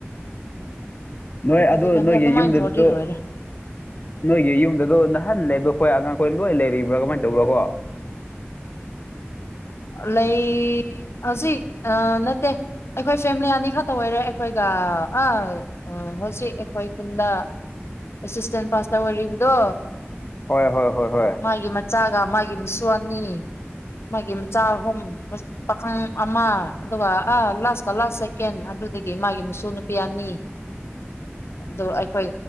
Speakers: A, on the left (about 40°); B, on the left (about 70°).
A: ꯅꯣꯏ
B: ꯍꯧꯖꯤꯛꯀꯥꯟꯗꯤ
A: ꯑꯗꯨ ꯅꯣꯏꯒꯤ
B: ꯑꯗꯨꯃꯥꯏꯅ
A: ꯌꯨꯝꯗꯁꯨ
B: ꯇꯧꯔꯗꯤ ꯂꯣꯏꯔꯦ
A: ꯅꯣꯏꯒꯤ ꯌꯨꯝꯗꯣ ꯅꯍꯥꯟ ꯂꯩꯕ ꯈꯣꯏ ꯑꯉꯥꯡꯈꯣꯏ ꯂꯣꯏ ꯂꯩꯔꯤꯕ꯭ꯔꯥ ꯀꯃꯥꯏꯅ ꯇꯧꯕ꯭ꯔꯥ ꯀꯣ
B: ꯂꯩ ꯍꯧꯖꯤꯛ ꯑ ꯅꯠꯇꯦ ꯑꯩꯈꯣꯏ ꯐꯦꯃꯤꯂꯤ ꯑꯅꯤ ꯈꯛꯇ ꯑꯣꯏꯔꯦ ꯑꯩꯈꯣꯏꯒ ꯑ ꯑꯥ ꯍꯧꯖꯤꯛ ꯑꯩꯈꯣꯏ ꯈꯨꯟꯗ ꯑꯦꯁꯤꯁꯇꯦꯟ ꯄꯥꯁꯇꯔ ꯑꯣꯏꯔꯤꯕꯗꯣ
A: ꯍꯣꯏ ꯍꯣꯏ ꯍꯣꯏ ꯍꯣꯏ
B: ꯃꯥꯒꯤ ꯃꯆꯥꯒ ꯃꯥꯒꯤ ꯃꯁꯨ ꯑꯅꯤ ꯃꯥꯒꯤ ꯆꯥ ꯑꯍꯨꯝ ꯄꯥꯈꯪ ꯑꯃ ꯑꯗꯨꯒ ꯑꯥ ꯂꯥꯁꯀ ꯂꯥꯁ ꯁꯦꯀꯦꯟ ꯑꯗꯨꯗꯒꯤ ꯃꯥꯒꯤ ꯃꯁꯨ ꯅꯨꯄꯤ ꯑꯅꯤ ꯑꯗꯨ ꯑꯩꯈꯣꯏ